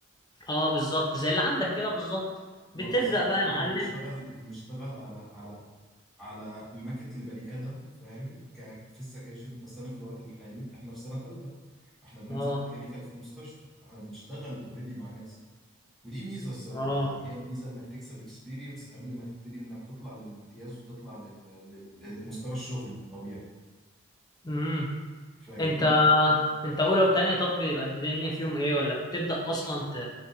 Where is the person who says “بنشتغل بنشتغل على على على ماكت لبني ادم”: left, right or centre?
Centre